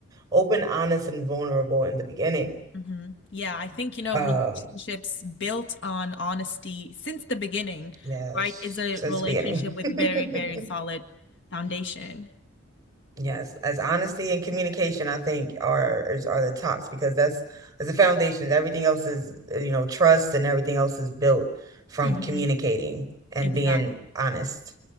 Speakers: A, on the right; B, on the left.
A: open, honest, and vulnerable in the beginning.
B: hmm Yeah, I think, you know,
A: Um,
B: relationships built on honesty since the beginning,
A: yes,
B: right, is a
A: since
B: relationship
A: the beginning.
B: with
A: <laughs>
B: very, very solid foundation.
A: Yes, as honesty and communication, I think are is, are the tops because that's as the foundations. Everything else is, uh, you know, trust and everything else is built from
B: hmm
A: communicating and
B: Exactly.
A: being honest.